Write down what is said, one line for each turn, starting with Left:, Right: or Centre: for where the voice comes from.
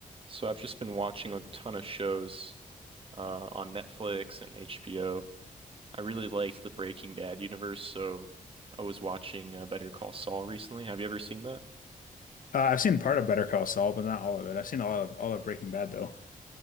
Right: So I've just been watching a ton of shows uh, on Netflix and HBO. I really liked the Breaking Bad universe, so I was watching uh, Better Call Saul recently. Have you ever seen that?
Left: Uh, I've seen part of Better Call Saul, but not all of it. I've seen a lot of all of Breaking Bad though.